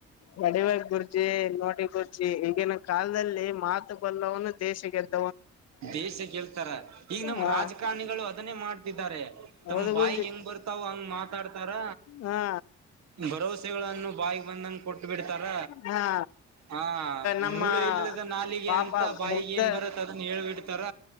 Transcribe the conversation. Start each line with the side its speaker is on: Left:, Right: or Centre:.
Left: ಹೊಡಿಬೇಕ್ ಗುರ್ಜಿ ನೋಡಿ ಗುರ್ಜಿ ಈಗಿನ ಕಾಲದಲ್ಲಿ ಮಾತು ಬಲ್ಲವನ್ನು ದೇಶದ್ದ <unintelligible>
Right: ದೇಶ ಗೆಲು ತರ ಈಗ ನಮ್ಮ
Left: ಹಾ
Right: ರಾಜಕಾರಣಿಗಳು ಮಾಡ್ತಿದ್ದಾರೆ
Left: ಹೌದು
Right: ತಮ್ಮ್ ಬಾಯಿಗೆ
Left: ಗುರ್ಜಿ
Right: ಹೆಂಗ್ ಬರ್ತಾವ ಹಂಗ್ ಮಾತಾಡ್ತ ರ
Left: ಹಾ
Right: ಭರಸೆಗಳನ್ನು ಬಾಯಿಗೆ ಬಂದಂಗ ಕೊಟ್ಟ ಬಿಟ್ಟ ಬಿಡ್ತಾರ
Left: ಹಾ
Right: <unintelligible> ಹಾ
Left: ನಮ್ಮ
Right: ಮೂಳೆ ಇಲ್ಲದ ನಾಲಿಗೆ
Left: ಪಾಪ
Right: ಅಂತ ಬಾಯಿಗೆ
Left: ಮುಗ್ದ
Right: ಏನ್ ಬರತ್ತ ಅದ ಹೇಳ್ಬಿಡ್ತಾರ